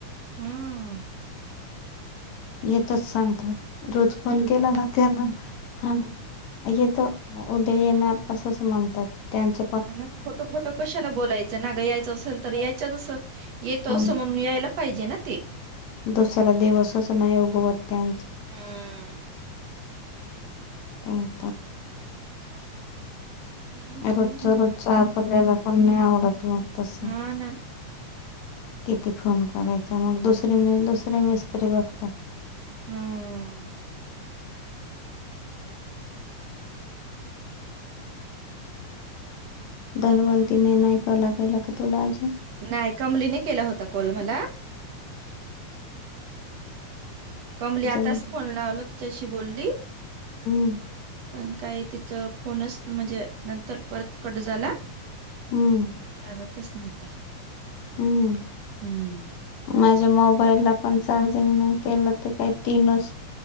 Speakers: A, on the right (about 65°); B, on the left (about 70°).
A: हम्म.
B: येतच सांगत रोज फोन
A: हे दुखतं.
B: केला ना त्यांना हा, येतो, उद्या येणार असंच म्हणतात त्यांच
A: ह खोटं खोटं कशाला बोलायचं. नागं यायचं असेल तर यायचच असं, येतं
B: हं
A: असं म्हणून यायला पाहिजे ना ते.
B: दुसरा दिवसच नाही उगवत त्यांचा.
A: हम्म
B: का तर <inaudible>
A: हो ना
B: रोजच
A: बाई
B: रोजच आपल्याला पण नाही आवडत मग तसं.
A: हा ना
B: किती फोन करायचा, मग दुसरी म दुसरी मिस्त्री बघतो.
A: हम
B: धनवंतीने नाही कला केला का तुला अजून-
A: नाही कमलीने केला होता कॉल मला. कमली
B: जम-
A: आताच फोन लावला तिच्याशी बोलली,
B: हम्म
A: पण काही तिच फोनच म्हणजे नंतर परत कट झाला.
B: हम्म
A: लागतच नव्हता,
B: हम्म
A: हम्म
B: माझ्या मोबाईलला पण चार्जिंग नाही केलं ते काही तीनच-